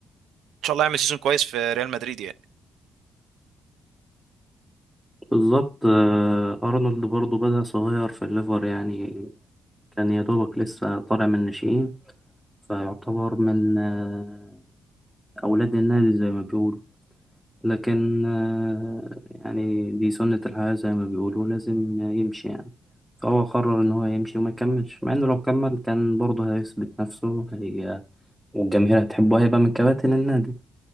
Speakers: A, on the right (about 80°); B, in the centre.
A: شاء الله يعمل سيزون كويس في ريال مدريد يعني
B: بالظبط آه، أرنولد برضه بدأ صغير في الليفر يعني كان يا دوبك لسه طالع من الناشئين فيعتبر من آه، أولاد النادي زي ما بيقولوا لكن آه، يعني دي سنة الحياة زي ما بيقولوا لازم يمشي يعني فهو قرر إن هو يمشي وما يكملش مع إنه لو كمل كان برضه هيثبت نفسه هي والجماهير هتحبه هيبقى من كباتن النادي